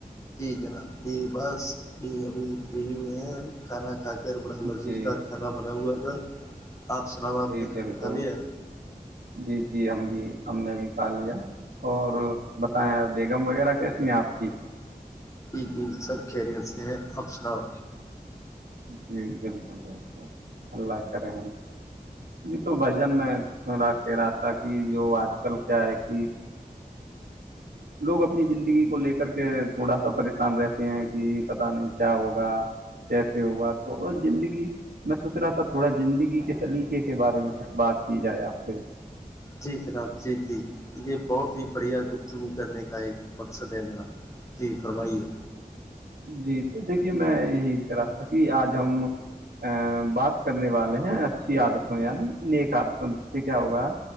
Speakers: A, on the left (about 20°); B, on the right (about 75°).
A: جی جناب جی بس ابھی ابھی فری ہوئے ہیں کھانا ک پیر بڑا
B: جی
A: لذیذ دار کھا بنا ہوا تھا آپ سناؤ آپ
B: جی
A: نے
B: بالکل
A: کھانا کھا لیا
B: جی جی ہم بھی ہم نے بھی کھا لیا اور بتائیں آپ بیگم وغیرہ کیسی ہیں آپ کی
A: جی جی سب خیریت سے ہیں آپ سناؤ
B: جی بالکل بالکل اللہ کرے جی تو بھائی جان میں تھوڑا کہہ رہا تھا کہ جو آج کل کیا ہے کہ لوگ اپنی زندگی کو لے کر کے تھوڑا سا پریشان رہتے ہیں کہ پتا نہیں کیا ہوگا کیسے ہوا تو اور زندگی میں سوچ رہا تھا تھوڑا زندگی کے سلیقے کے بارے میں کچھ بات کی جائے آپ سے
A: جی جناب جی جی یہ بہت ہی بڑھیا گفتگو کرنے کا ایک مقصد ہے جناب جی فرمائیے
B: جی تو دیکھیے میں یہی کہہ رہا تھا کہ آج ہم ا بات کرنے والے ہیں اچھی عادتوں یعنی نیک آدتوں جس سے کیا ہوگا